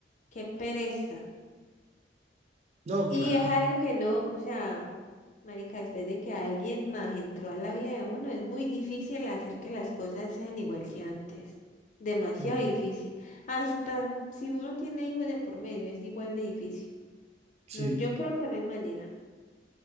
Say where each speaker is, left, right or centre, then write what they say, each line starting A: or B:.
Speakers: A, on the left; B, on the right.
A: qué pereza.
B: No,
A: Y
B: claro.
A: es algo que no, o sea, marica, después de que alguien más entró a la vida de uno, es muy difícil hacer que las cosas sean igual que antes. Demasiado
B: Sí,
A: difícil. Hasta si uno tiene hijos de por medio, es igual de difícil.
B: sí.
A: No, yo creo que no hay manera.